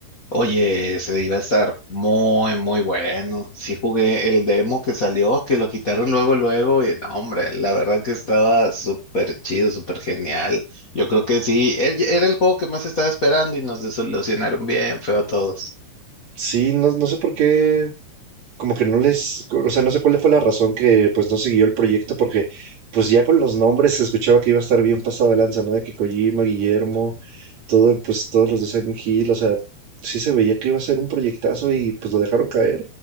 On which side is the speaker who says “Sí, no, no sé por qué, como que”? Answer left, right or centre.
Right